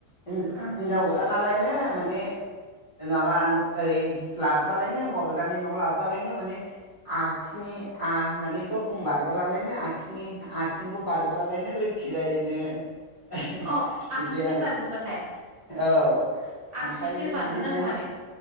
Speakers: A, on the left; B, on the right.
A: हिन
B: ओं
A: हिनजाव गोदानालायनो माने माबा न ओरै लाबोबालायनो हौवा गोदाननि नआव लाबोबालायनो माने आखिनि आ माने दरखं बारबोलालायनो आखिनि आथिंखौ बारबोलालायनो लोखि जायोनो। बिदि
B: अ आगसिथिं
A: आरो
B: बारबोबाथाय
A: औ
B: आगसिसो
A: आमफ्रायो
B: बारग्रोनांगौ
A: बिदिनो
B: माने